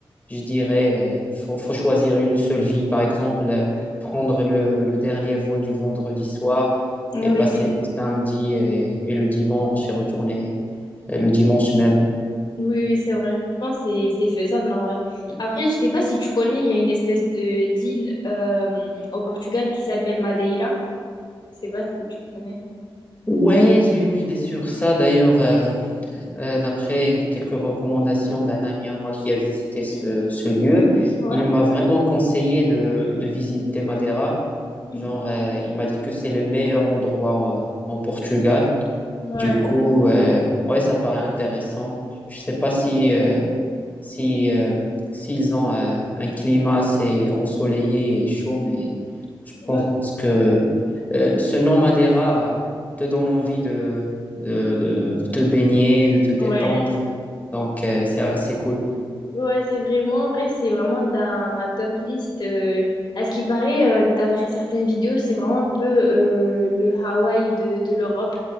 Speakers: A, on the left; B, on the left.
A: je dirais, euh, faut, faut choisir une seule ville. Par exemple, euh, prendre le, le dernier vol du vendredi soir
B: Oui,
A: et passer
B: oui,
A: le samedi et, et le dimanche et retourner euh, le dimanche même.
B: oui, c'est vrai. Je pense que c'est c'est faisable en vrai. Après, je sais pas si tu connais, il y a une espèce de d'île euh, au Portugal qui s'appelle Madeira. Je sais pas si tu connais.
A: Ouais, j'ai une idée sur ça d'ailleurs. euh, Euh, d'après quelques recommandations d'un ami à moi qui a visité ce, ce lieu,
B: Ouais.
A: il m'a vraiment conseillé de, de visiter Madeira.
B: mhm.
A: Genre, euh, il m'a dit que c'est le meilleur endroit euh, en Portugal.
B: Ouais,
A: Du coup, euh, ouais, ça paraît intéressant. Je sais pas si, euh, si, euh, s'ils ont euh, un climat assez ensoleillé et chaud, mais je
B: ouais,
A: pense que euh, ce nom Madeira euh, te donne envie de, de, de de te baigner, de te détendre.
B: ouais,
A: Donc, euh, c'est assez cool.
B: Ouais, c'est vraiment en vrai, c'est vraiment dans ma top list. euh, à ce qui paraît, euh, d'après certaines vidéos, c'est vraiment un peu euh, le Hawaï de, de l'Europe.